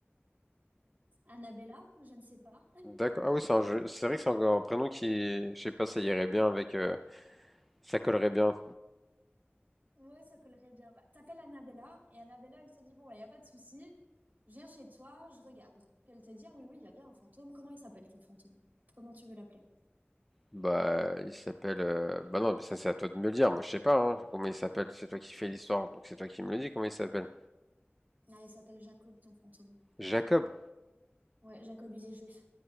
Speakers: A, on the right; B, in the centre.
A: Annabella, je ne sais pas.
B: D'accord. Ah oui, c'est un jeu. C'est vrai que c'est encore un prénom qui, je sais pas, ça irait bien avec, euh, ça collerait bien.
A: Ouais, ça collerait bien. Bah, t'appelles Annabella et Annabella, elle te dit bon bah y a pas de souci, je viens chez toi, je regarde. Puis elle te dit ah oui oui, il y a bien un fantôme. Comment il s'appelle ton fantôme? Comment tu veux l'appeler?
B: Bah, il s'appelle. euh, Bah non, mais ça c'est à toi de me le dire. Moi, je sais pas. Hein, comment il s'appelle? C'est toi qui fais l'histoire, donc c'est toi qui me le dis. Comment il s'appelle?
A: Ah, il s'appelle Jacob, ton fantôme.
B: Jacob.
A: Ouais, Jacob, il est juif.